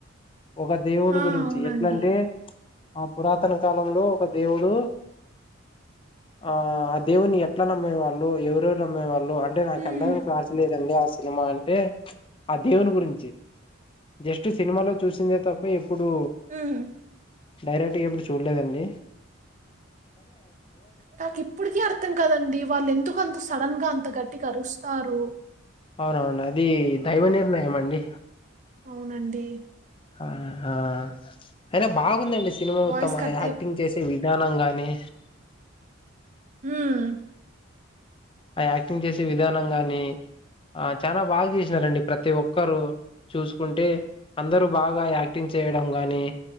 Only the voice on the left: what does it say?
ఒక దేవుడు
గురించి
ఎట్లంటే ఆ పురాతన కాలంలో ఒక దేవుడు ఆ ఆ దేవుని ఎట్లా నమ్మే వాళ్ళు ఎవరెవరు నమ్మెవాళ్ లు అంటే నాకు
ఇందాక క్లాస్ లేదండి ఆస్ సినిమా అంటే ఆ దేవుని గురించి జస్ట్ సినిమాలో చూసిందే తప్ప ఎప్ ప్పుడు
డైరెక్ట్ గా ఎప్పుడు చూలేదండి
అవునవును అది దైవ నిర్ణయం అండి
ఆహ అయినా బాగుందండి సినిమా మొత్తం
ఆ యాక్టింగ్
చేసే వి ధ్యానం గానీ
ఆ యాక్టింగ్ చేసే విధానం గాని ఆ చానా బాగా చేసినారండి ప్రతి ఒక్కరు చూసుకుంటే అందరూ బాగా యాక్టింగ్ చేయడం గాని